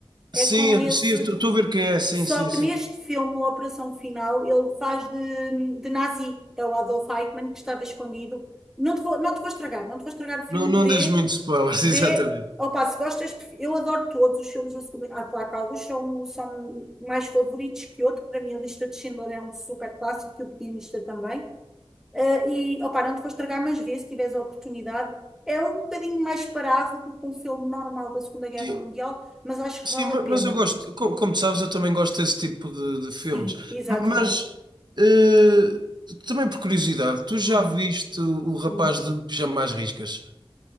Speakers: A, in the centre; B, on the right (about 50°).
A: É
B: sim,
A: com esse
B: sim, estou a ver quem é, sim,
A: só
B: sim,
A: que
B: sim.
A: neste filme, na Operação Final, ele faz de, de nazi. É o Adolf Eichmann que estava escondido. Não te vou, não te vou estragar, não te vou estragar o filme.
B: Não, não
A: Vê,
B: deixes muito spoilers,
A: vê.
B: <laughs> exatamente.
A: Opa, se gostas, de fi- eu adoro todos os filmes da Segunda. Ah, claro que alguns são, são mais favoritos que outros. Para mim, a lista de Schindler é um super clássico e o Pianista também. Ah, e, opa, não te vou estragar, mas vê se tiveres a oportunidade. É um bocadinho mais parado do que um filme normal da Segunda Guerra
B: Sim,
A: Mundial, mas acho
B: sim,
A: que vale
B: ma-
A: a pena.
B: mas eu gosto, co- como, tu sabes, eu também gosto desse tipo de,
A: Sim,
B: de filmes.
A: exato,
B: M- Mas,
A: exato.
B: eh, também por curiosidade, tu já
A: Hum,
B: viste o, o rapaz
A: hum,
B: de pijama às riscas?